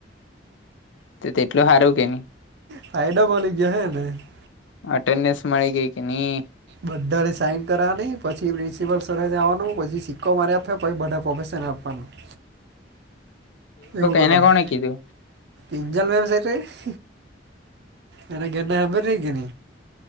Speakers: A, on the left; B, on the right.
A: તો તેટલું સારું કે ન.
B: તા એડ માલ ગયા હે ને <unintelligible>
A: અટેન્ડસ મળી ગઈ કે નહીં
B: બધાને સાઈન કરવાની પછી પ્રિન્સિપલ સર જવાનું પછી સિક્કો મારે આપ્યો પછી બધા પ્રોફેેશરને આપવાનું. એવું કરવાનું,
A: એને કોણે કીધું
B: એંજલ વેબસાઇટ એને ઘેના હમે રહી ગે ન.